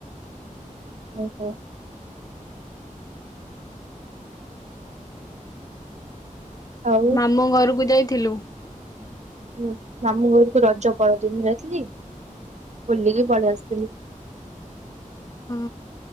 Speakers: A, on the right; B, on the left.
A: ଓ ହୋ। ଆଉ
B: ମାମଁ ଘରକୁ ଯାଇଥିଲୁ?
A: ମୁଁ ମାମୁଁ ଘରକୁ ରଜ ପରଦିନ ଯାଇଥିଲି। ବୁଲିକି ପଳେଇ ଆସଥିଲି।
B: ହଁ।